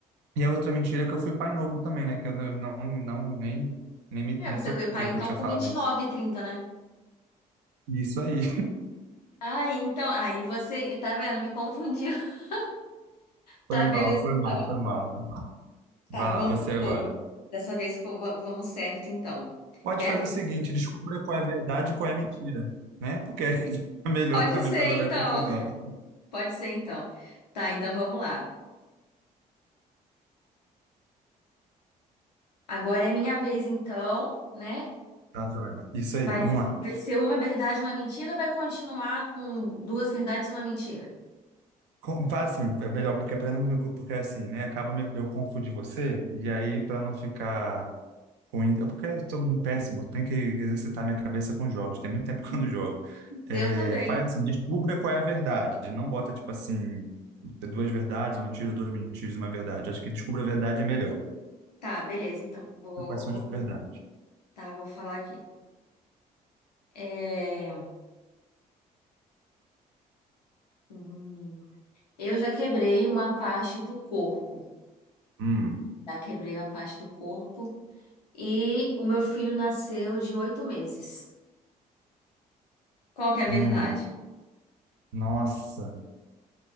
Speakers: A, on the right (about 60°); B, on the left (about 85°).
A: E a outra mentira é que eu fui pai novo também, né? Que eu não, não, não- nem, nem me,
B: É,
A: me
B: você
A: toquei
B: foi o pai então
A: que eu tinha
B: com
A: falado
B: vinte
A: isso.
B: e nove, 30, né?
A: Isso aí.
B: Ah, então, aí você, tá vendo? Me confundiu. <laughs> Tá,
A: Foi mal,
B: beleza,
A: foi
B: então.
A: mal, foi mal, foi mal.
B: Tá,
A: Vai
B: vamos
A: lá, você
B: de
A: agora.
B: novo. Dessa vez fo- va- vamos certo, então.
A: Pode
B: Pera
A: fazer
B: aí.
A: o seguinte, descubra qual é a verdade e qual é a mentira, né? Porque aí <laughs> fica melhor
B: Pode
A: também
B: ser,
A: para não
B: então.
A: haver confusão.
B: Pode ser, então. Tá, então vamos lá. Agora é minha vez, então, né?
A: Tá, joia. Isso aí,
B: Vai,
A: vamos
B: ser-
A: lá.
B: vai ser uma verdade e uma mentira ou vai continuar com duas verdades e uma mentira?
A: Com- Faz assim, é melhor, porque para não me- porque assim, né? Acaba me, eu confundir você e aí para não ficar ruim, é porque eu tô um péssimo, tenho que exercitar minha cabeça com jogos. Tem muito tempo <laughs> que eu não jogo. É,
B: Eu também.
A: faz assim, descubra qual é a verdade. Não bota tipo assim, duas verdades, uma mentira, duas mentiras, e uma verdade. Acho que descubra a verdade é melhor.
B: Tá, beleza, então. Vou,
A: Quais são as
B: vou-
A: verdades?
B: tá, vou falar aqui. É... Hum. Eu já quebrei uma parte do corpo.
A: Hum,
B: Já quebrei uma parte do corpo. E o meu filho nasceu de oito meses. Qual que é a
A: hum,
B: verdade?
A: nossa.